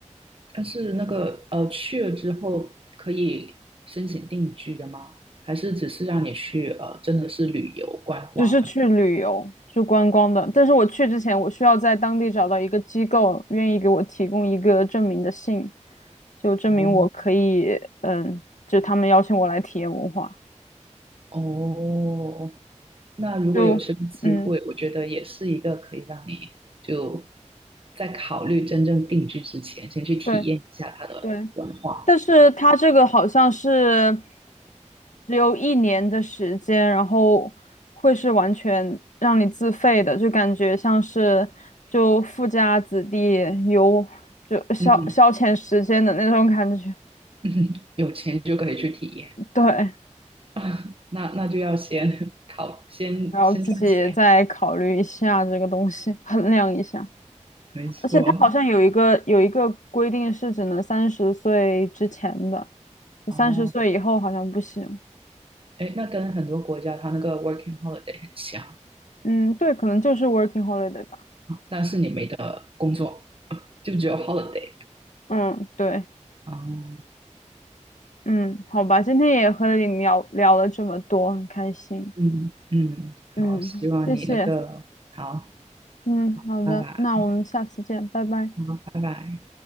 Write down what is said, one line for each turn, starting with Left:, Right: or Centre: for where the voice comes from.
Right: 但是那个呃去了之后可以申请定居的吗？还是只是让你去呃真的是旅游观光而已
Left: 只是去旅游，去观光的。但是我去之前，我需要在当地找到一个机构，愿意给我提供一个证明的信，就证明我可以，
Right: 哦
Left: 嗯，就他们邀请我来体验文化。
Right: 哦，那如果有这个机会，
Left: 就，嗯，
Right: 我觉得也是一个可以让你就在考虑真正定居之前，先去体验一下它的文化。
Left: 对对。但是他这个好像是只有一年的时间，然后会是完全让你自费的，就感觉像是就富家子弟游就消消遣时间的那种感觉。
Right: 嗯，<laughs> 有钱就可以去体验
Left: 对，
Right: <laughs> 那那就要先考，先先赚钱，
Left: 然后自己再考虑一下这个东西，衡量一下。
Right: 没错。
Left: 而且它好像有一个有一个规定是只能三十岁之前的，
Right: 哦。
Left: 三十岁以后好像不行。
Right: 哎，那跟很多国家它那个 working holiday 很像，啊，
Left: 嗯，对，可能就是 working holiday 吧。
Right: 但是你没得工作，就只有 holiday。
Left: 嗯，对，
Right: 哦，
Left: 嗯，好吧，今天也和你聊聊了这么多，很开心。
Right: 嗯嗯，
Left: 嗯，
Right: 好，希望你那个好，
Left: 谢谢。嗯，好的，
Right: 拜拜，
Left: 那我们下次见，拜拜。
Right: 好，拜拜。